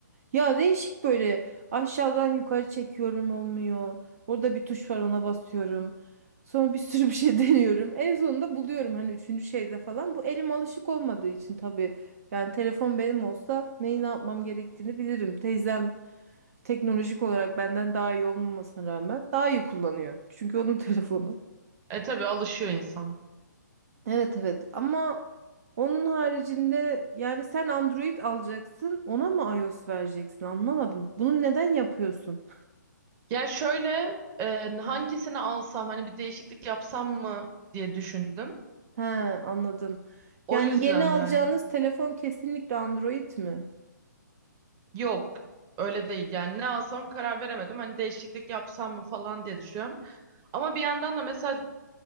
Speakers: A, on the right (about 50°); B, on the right (about 25°).
A: Ya değişik böyle aşağıdan yukarı çekiyorum olmuyor. Orada bir tuş var ona basıyorum. Sonra bir sürü bir şey <laughs> deniyorum. En sonunda buluyorum hani üçüncü şeyde falan. Bu elim alışık olmadığı için tabii. Yani telefon benim olsa neyi ne yapmam gerektiğini bilirim. Teyzem teknolojik olarak benden daha iyi olmamasına rağmen daha iyi kullanıyor. Çünkü onun <laughs> telefonu.
B: E tabii alışıyor insan.
A: Evet evet ama onun haricinde yani sen Android alacaksın ona mı iOS vereceksin anlamadım. Bunu neden yapıyorsun?
B: Ya şöyle e, hangisini alsam hani bir değişiklik yapsam mı diye düşündüm.
A: He anladım.
B: O
A: Yani
B: yüzden
A: yeni alacağınız
B: yani.
A: telefon kesinlikle Android mi?
B: Yok öyle değil yani ne alsam karar veremedim hani değişiklik yapsam mı falan diye düşünüyorum. Ama bir yandan da mesela